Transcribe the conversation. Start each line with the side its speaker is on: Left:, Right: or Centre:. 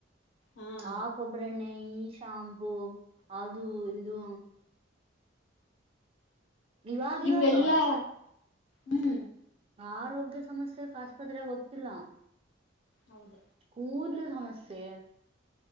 Left: ಹಾ
Right: ಆ ಕೊಬ್ಬರಿಣ್ಣೆ ಈ ಶಾಂಪೂ ಅದು ಇದು ಇವಾಗಿವಾಗ
Left: ಇವೆಲ್ಲಾ ಹುಂ
Right: ಆರೋಗ್ಯ ಸಮಸ್ಯೆಕ್ ಆಸ್ಪತ್ರೆಗೆ ಹೋಗ್ತಿಲ್ಲಾ
Left: ಹೌದ
Right: ಕೂದಲು ಸಮಸ್ಯೆ